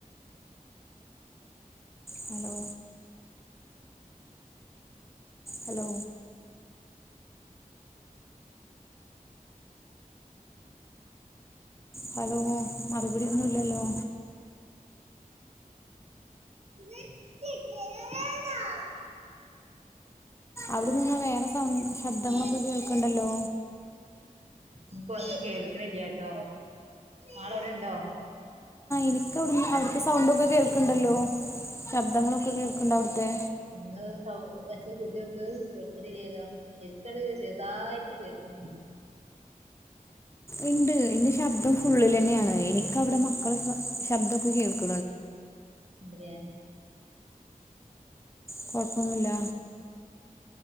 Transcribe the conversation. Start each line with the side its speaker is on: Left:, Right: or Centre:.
Left: ഹലോ ഹലോ ഹലോ മറുപടിയൊന്നും ഇല്ലല്ലോ?
Right: എന്നട്ടട്ടേന്നാ <unintelligible>
Left: അവിടെ നിന്ന് വേറെ സൗണ്ട്
Right: <unintelligible>
Left: ശബ്ദങ്ങളൊക്കെ കേൾക്കണ്ടല്ലോ
Right: നിനക്ക് ഒന്നും കേൾക്കണില്ലട്ടോ ആളോവിടെ ഇണ്ടോ.
Left: നിനിക്കവിടന്ന് അവിടുത്തെ സൗണ്ടൊക്കെ കേൾക്കണ്ടല്ലോ. ശബ്ദങ്ങളൊക്കെ കേൾക്കണ്ട് അവിടുത്തെ
Right: ഒന്ന് സൗ ഒച്ച കൂട്ടിയൊക്ക്. എല്ലോ <unintelligible> ചെറതായിട്ട് കേൾക്കുന്നുണ്ടോ?
Left: ഉണ്ട് എന്റെ ശബ്ദം ഫുള്ളിലന്നെയാണ്. എനിക്കവിടെ മക്കള ശബ്ദമൊക്കെ കേൾക്കും.
Right: അതെ.
Left: കുഴപ്പൊന്നുല്ല.